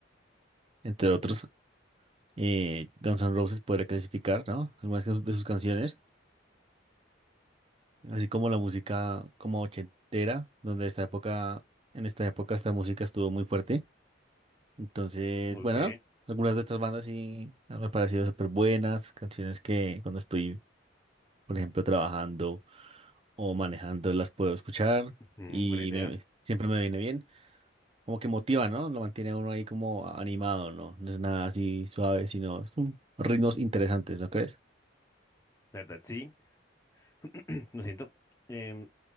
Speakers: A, on the right; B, on the left.
A: entre otros. Eh, Guns N' Roses podría clasificar, ¿no? Algunas de sus de sus canciones. Así como la música como ochentera, donde esta época, en esta época esta música estuvo muy fuerte. Entonces,
B: ok.
A: bueno, algunas de estas bandas sí me han parecido súper buenas. Canciones que cuando estoy por ejemplo, trabajando o manejando, las puedo escuchar
B: ujú,
A: y
B: buena idea.
A: me- siempre me viene bien. Como que motiva, ¿no? Lo mantiene a uno ahí como animado, ¿no? No es nada así suave, sino son ritmos interesantes, ¿no crees?
B: La verdad, sí. <clears throat> Lo siento. Em,